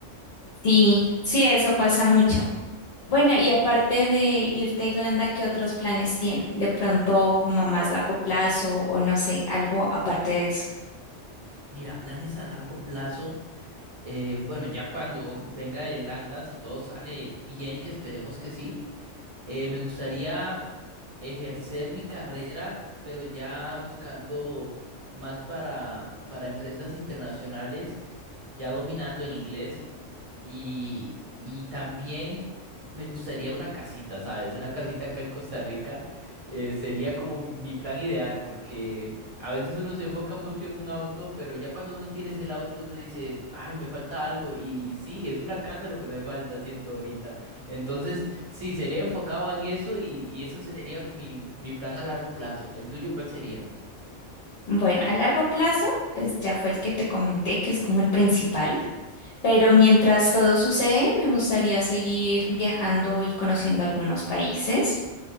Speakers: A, on the left; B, on the right.
A: Sí, sí, eso pasa mucho. Bueno, y aparte de irte a Irlanda, ¿qué otros planes tiene? De pronto, como a más largo plazo o no sé, algo aparte de eso.
B: Mira, planes a largo plazo. eh, bueno, ya cuando venga de Irlanda, si todo sale bien, que esperemos que sí, eh, me gustaría ejercer mi carrera, pero ya buscando más para, para empresas internacionales, ya dominando el inglés. Y, y también me gustaría una casita, ¿sabes? Una casita acá en Costa Rica eh, sería como mi plan ideal, porque a veces uno se enfoca mucho en un auto, pero ya cuando uno tiene el auto, uno dice, ay, me falta algo. Y sí, es una casa lo que me falta, siento ahorita. Entonces... Sí, sería enfocado en eso y, y eso sería mi, mi plan a largo plazo. ¿El tuyo cuál sería?
A: Bueno, a largo plazo, pues ya fue el que te comenté, que es como el principal. Pero mientras todo sucede, me gustaría seguir viajando y conociendo algunos países.